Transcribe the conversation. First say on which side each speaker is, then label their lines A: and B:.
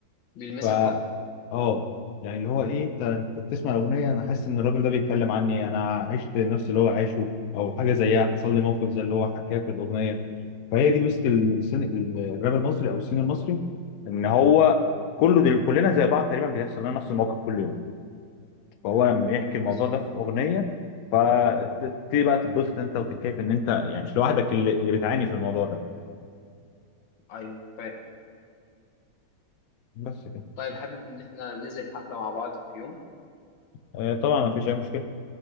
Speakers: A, on the left; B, on the left.
A: بيلمسك
B: ف
A: اكتر
B: اه يعني اللي هو ايه انت انت بتسمع الاغنيه انا حاسس ان الراجل ده بيتكلم عني انا عشت نفس اللي هو عاشه او حاجه زيها حصل لي موقف زي اللي هو حكاه في الاغنيه فهي دي ميزه السن... الراب المصري او السين المصري ان هو كله دل... كلنا زي بعض تقريبا بيحصل لنا نفس الموقف كل يوم فهو لما يحكي الموضوع
A: بالظبط
B: ده في اغنيه فتبتدي بقى تتبسط انت وتتكيف ان انت يعني مش لوحدك اللي, اللي بتعاني في الموضوع ده
A: ايوه فاهم
B: بس كده
A: طيب حابب ان احنا ننزل حفله مع بعض في يوم
B: آه، طبعا ما فيش اي مشكله